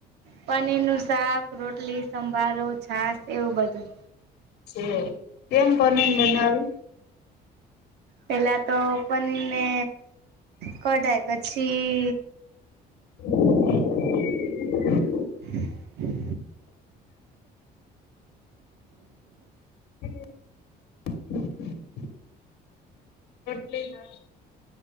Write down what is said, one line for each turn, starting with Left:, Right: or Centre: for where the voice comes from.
Right: પનીરનું શાક, રોટલી, સંભારો, છાસ, એવું બધું
Left: છે એમ પનીર બનાવે
Right: પેલા તો પનીર ને કઢાય પછી
Left: <inaudible>
Right: <inaudible>
Left: <inaudible> રોટલી ના